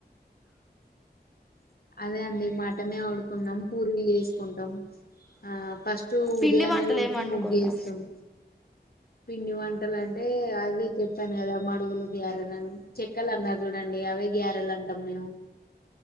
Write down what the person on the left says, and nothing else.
అదే అండి మటనే వండుకున్నాం పూరీలు చేసుకుంటాం ఆ ఫస్ట్
ఉదయానే
లేకి
ముగ్గిస్తాం పిండి వంటలు అంటే అవి చెప్పాను కదా మడుగులు గ్యారెలుని చెక్కలు అన్నారు చూడండి అవే గ్యారెలు అంటాం మేము